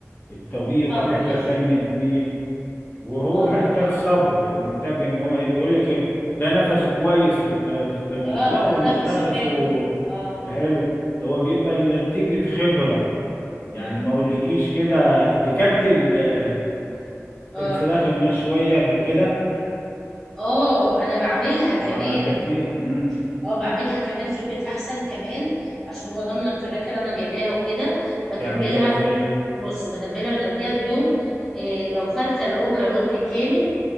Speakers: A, on the left; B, in the centre.
A: الطبيخ
B: طبيخ
A: واحب افنن فيه وهو
B: اه
A: محتاج صبر محتاج ان هو ايه بيقول لك إيه، ده نفسه كويس في الط- في الطبيخ
B: اه
A: لا
B: ن-
A: هو مش
B: نفسه
A: نفسه
B: حلو اه
A: حلو هو بيبقى نتيجه خبره يعني
B: امم
A: ما اقولكيش كده اتكلت ال-
B: اه
A: الفراخ المشويه قبل كده
B: اه انا بعملها كمان
A: طبعا اكلتيها امم
B: اه بعملها كمان في البيت احسن كمان عشان ببقى ضامنه الفراخ اللي انا جايباها وكده بتبلها
A: بتعمليها ازاي
B: بص بتبلها من قبلها بيوم إيه لو فرخه ربع ربع كامل